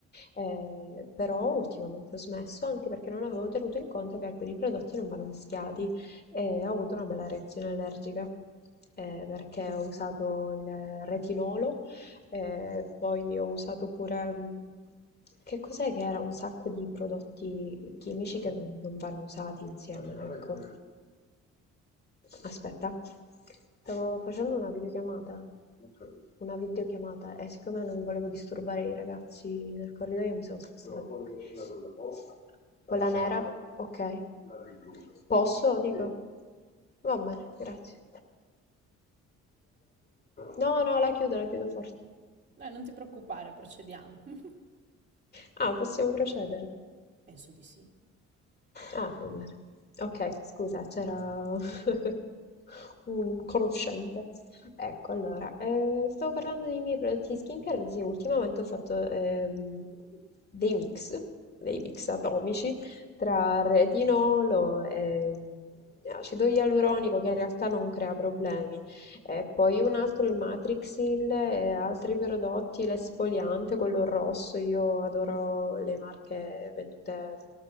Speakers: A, on the left; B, on the right.
A: eh, però ultimamente ho smesso anche perché non avevo tenuto in conto che alcuni prodotti non vanno mischiati e ho avuto una bella reazione allergica eh, perché ho usato il retinolo e poi ho usato pure, mh, che cos'è che era? Un sacco di prodotti chimici che non, non vanno usati insieme, ecco. Aspetta, stavo facendo una videochiamata. Una videochiamata e siccome non volevo disturbare i ragazzi nel corridoio mi sono spostata con la nera, ok. Posso? Dico. Va bene, grazie. No, no, la chiudo, la chiudo forte.
B: Dai, non ti preoccupare, procediamo. <laughs>
A: Ah, possiamo procedere.
B: Penso di sì.
A: Ah, va bene. Ok, scusa, c'era <laughs> un conoscente. Ecco, allora, eh, stavo parlando dei miei prodotti di skincare, sì, ultimamente ho fatto ehm, dei mix, dei mix atomici tra retinolo e ehm, acido ialuronico, che in realtà non crea problemi. E poi un altro il Matrixil e altri prodotti, l'esfoliante, quello rosso, io adoro le marche vendute mh,